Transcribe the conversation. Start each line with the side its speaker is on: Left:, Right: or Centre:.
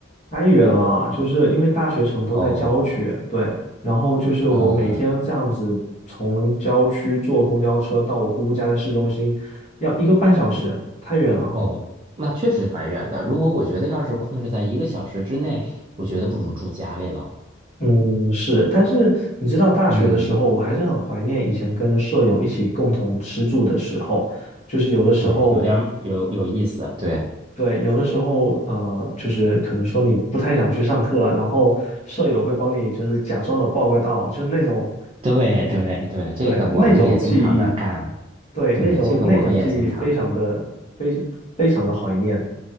Left: 太远了，就是因为大学城都在郊区，
Right: 哦，
Left: 对，然后就是我每天这样子从郊区坐公交车到我姑姑家的市中心，
Right: 哦，
Left: 要一个半小时，太远了。
Right: 哦，那确实蛮远的。如果我觉得要是控制在一个小时之内，我觉得不如住家里了。
Left: 嗯，是，但是你知道，大学的时候，
Right: 嗯，
Left: 我还是很怀念以前跟舍友一起共同吃住的时候，就是有的时候，
Right: 对，有点儿有有意思。对，
Left: 对，有的时候，呃，就是可能说你不太想去上课，然后舍友会帮你，就是假装的报个到，就是那种，
Right: 对，对，对，这个我们也经常的干。
Left: 对，那种记忆，对，
Right: 对，
Left: 那种那种记忆非常的非非常的怀念。
Right: 这个我们也经常。